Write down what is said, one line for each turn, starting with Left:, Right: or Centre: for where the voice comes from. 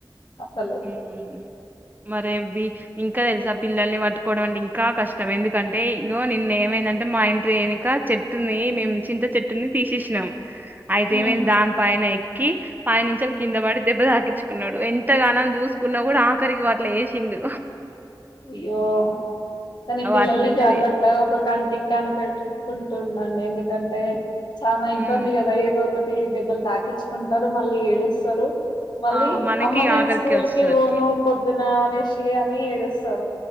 Left: అసలు
Right: ఉమ్ మరేవ్వి ఇంకా తెలుసా పిల్లల్ని పట్టుకోవడం అంటే ఇంకా కష్టం ఎందుకంటే ఇగొ నిన్న ఏమైందంటే మా ఇంటి ఎనుక చెట్టుని మేము చింత చెట్టుని తీసేషీనం అయితే
Left: ఉమ్
Right: ఏమైంది దాని పైన ఎక్కి పైనించెల్లి కింద పడి దెబ్బ తాకించుకున్నాడు ఎత్ త్తగానం చూసుకున్న కూడా ఆఖరికి ఇగో అట్ల చేసిండు
Left: అయ్యో కని పిల్లల్ని
Right: అట్లుంటది
Left: జాగ్రత్త
Right: ఇగ
Left: ఒక కంటి కన పెట్టుకుంటుండండి ఎందుకంటే చానా ఇబ్బంది
Right: హ్మ్.
Left: కదా ఏదో ఒకటి దెబ్బలు తాకించుకుంటారు మళ్ళీ ఏడుస్తారు మళ్ళీ
Right: ఆ మనకి
Left: అమ్మ నేను
Right: ఆఖరికి
Left: స్కూల్
Right: వచ్చేసరికి
Left: కి పోను పొద్దున అనేసి అని ఏడుస్తారు